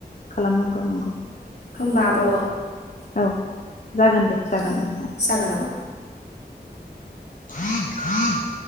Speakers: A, on the left; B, on the left.
A: खालामनांगौ नंगौ।
B: होमबाबो
A: औ जागोन दे जागोन
B: औ
A: दे।
B: जागोन आब'
A: <unintelligible>